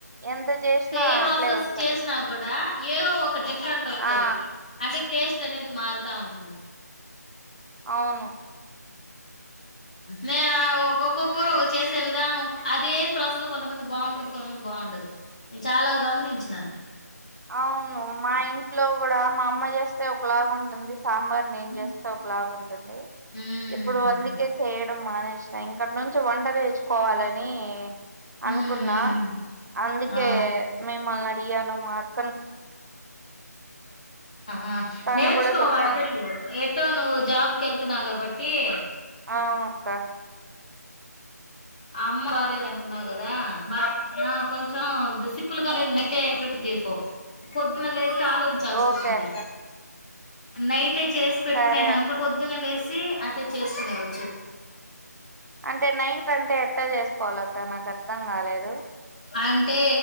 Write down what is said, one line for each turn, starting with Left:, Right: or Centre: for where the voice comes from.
Right: ఎంత చేసినా
Left: సేమ్ ప్రాసెస్
Right: అట్లే వస్తది
Left: చేసినా కూడా ఏవో ఒక డిఫరెంట్ వస్తది
Right: ఆ
Left: అంటే టేస్ట్ అనేది మారాతా ఉంటుంది
Right: అవును
Left: నేను ఒక్కొక్కొక్కరు చేసే విధానం అదే ప్రస కొంతమంది బాగుంటుంది కొంతమంది బాగుండదు నేను చాలా గమనించినాను
Right: అవును మా ఇంట్లో కూడా మా అమ్మ చేస్తే ే ఒకలాగా ఉంటుంది సాంబార్ నేన్
Left: హ్మ్.
Right: చేస్తే ఒకలాగా ఉంటుంది
Left: హ్మ్.
Right: ఇప్పుడు అందుకే
Left: అది.
Right: చేయ మానేసినా ఇంకా నుంచి వంట నేర్చుకోవాలని అనుకున్నా
Left: హ్మ్. హ్మ్. హ్మ్.
Right: అందుకే
Left: ఆ
Right: మేమల్లా అ మార్గ
Left: ఆ
Right: తను
Left: నేర్చుకో
Right: కూడా చెప్తుంది
Left: వంటర్ ఎటో నువ్వు జాబ్కి వెళ్తున్నా కాబట్ ఏ
Right: అనక్క
Left: అమ్మ బాలలేద అంటున్నావు కదా బాగా కొంచెం సిపుల్ గానే నీటే ప్రిపేర్ చేసావు పొద్దున లే ఆలోించాల్సి
Right: ఓకే
Left: వస్తుంది
Right: అక్క
Left: నైట్ అే చేసి పెట్టుకునే
Right: సరే
Left: అనుకో
Right: అక్క
Left: పొద్దున్న లేేసి అంటే చేసుకునే వచ్చు
Right: అంటే నైట్ అంటే ఎ చేసుకోవాల ఇకా నాకు అర్థం కాలేదు
Left: అంటే